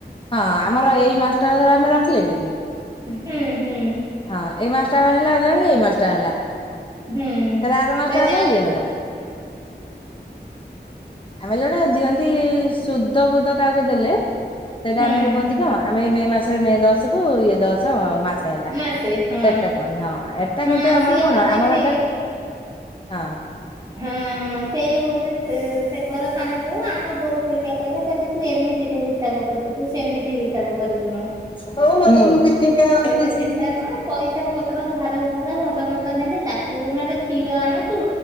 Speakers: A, on the left; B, on the right.
A: ହଁ ଆମର ଏଇ ମାସଟା ଧର ଆମେ ରଖିଲେଣି କି?
B: ହୁଁ ହୁଁ।
A: ହଁ ଏଇ ମାଷ୍ଟଟର ହେଲାଣି ଏଇ ମାଷ୍ଟଟା ହେଲା
B: ହୁଁ
A: ଖରା ତ ମାଷ୍ଟଲାଏ
B: କହିଲେ ଆଉ ହୁଁ
A: ହେଲା। ଆମେ ଜୋଟେ ଦିଅନ୍ତି ଶୁଧ ବୁଧ କାହାକୁ ଦେଲେ ସେଇଟା
B: ହୁଁ
A: ଆମର କହନ୍ତି କଣ ଆମେ ମେ ମାସରେ ମେ ଦଶ କୁ ଇଏ ଦଶ ମାସ। ହେଲା
B: ମାସେ ହଁ
A: ସେଟା କନ୍ ହଁ ଏଟା
B: ହଁ
A: କିନ୍ତୁ ଆମର
B: ସିଏ
A: କଣ
B: ମତେ
A: ଆମର
B: ସେଇ
A: ଏଟା ହଁ।
B: ହଁ ସେଇଆକୁ ମତେ ସେ ପର ସାନ ବୋଉ ଆମ ବୋଉ ହରିକା କଇଲେ କଇଲେ ତୁ ଏମିତି କ ହିସାବ କରିବୁ ତୁ ସେମିତି ହିସାବ କରିବୁନୁ।
A: ହୋଉ ମତେ ମୁଁ ବି ସିଙ୍କା
B: କହିଲେ
A: ସିଚିଚି
B: ସେଟା କଣ ପଇସା ପତ୍ର ଧାର ଉଧାର ଭଲ ମନ୍ଦ ନେଲେ ତାକୁ ନହେଲେ କ୍ଷୀର ଆଣନ୍ତୁ